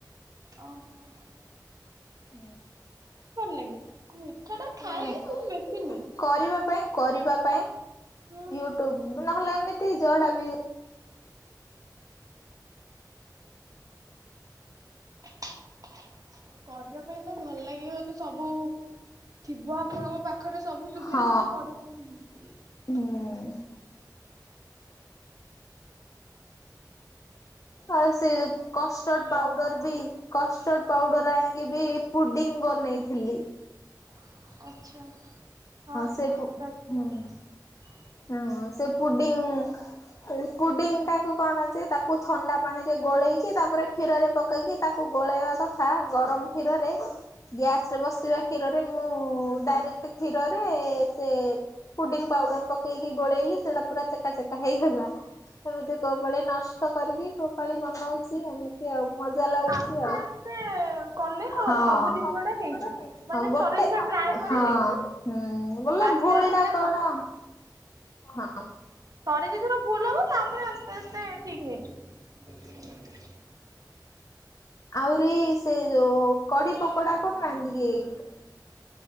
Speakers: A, on the right; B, on the left.
A: ଅ ହ
B: <inaudible>
A: ଲାଗେ ମିଠା ଟା ଖାଏ
B: ନାଇଁ
A: କିନ୍ତୁ ବେଶୀ ନୁହେଁ।
B: କରିବା କରିବା ପାଇଁ ୟୁଟ୍ୟୁବ
A: ହଁ ହଁ।
B: ନହେଲେ ଏମିତି ଯଡା ବି
A: <unintelligible> ପାଇଁ ତ ଭଲ ଲାଗିବ ଯଦି ସବୁ ଥିବ ଆପଣଙ୍କ ପାଖରେ ସବୁ ସୁବିଧା
B: ହଁ
A: ତମେ <unintelligible>
B: ହୁଁ। ଆଉ ସେ କଷ୍ଟଡ ପାଉଡର
A: ଭଲ ଲାଗିବ।
B: ବି କ ପାଉଡର ଆଣିକି ବି ପୁଡିଙ୍ଗ ବନେଇଥିଲି।
A: ଆଚ୍ଛା ହଁ
B: ସେ ପୁ
A: ହ
B: ହୁଁ। ହୁଁ ସେ ପୁଡିଙ୍ଗ ପୁଡିଙ୍ଗ ଟାକୁ କଣ ଅଛି ତାକୁ ଥଣ୍ଡା ପାଣି ରେ ଗୋଳେଇକି ତାପରେ କ୍ଷୀରରେ ପକେଇକି ତାକୁ ଳେଇବା କଥା ଗରମ କ୍ଷୀରରେ ଗ୍ୟାସରେ ବସେଇବା କ୍ଷୀର ରେ ମୁଁ ଡାଇରେକ୍ଟ କ୍ଷୀରରେ ସେ ପୁଡିଙ୍ଗ ପାଉଡର ପକେଇକି ଗୋଳେଇଲି ସେଟା ପୁରା ଚେକା ଚେକା ହେ ହେଇଗଲା ଏମିତି କୋଉ ପାଳି ନଷ୍ଟ କରିକି କୋଉ ପାଳି ବନଉଛି ଏମିତି ଆଉ। ମଜା ଲାଗୁଛି
A: ଆସ୍ତେ
B: ଆଉ।
A: ଆସ୍ତେ କଲେ ହଁ
B: ହଁ
A: ସବୁ ଜିନିଷ ଟା ହେଇଯିବ। ମାନେ
B: ଗୋଟେ
A: ଥରେ ଦିଥର ଟ୍ରାଏ କରିବି
B: ହଁ ହଁ ବୋଲେ
A: ଆସ୍ତେ
B: ଭୁଲ
A: ଆସ୍ତେ
B: ଟା
A: ମାନେ
B: କଣ ହଁ
A: ଥରେ ଦି ଥର ଭୁଲ ହବ ତାପରେ ଆସ୍ତେ ଆସ୍ତେ ଠିକ ହେଇଯିବ।
B: ଆହୁରିି ସେଇ କଡି ପକୋଡିକରୁ ନାହାନ୍ତି କି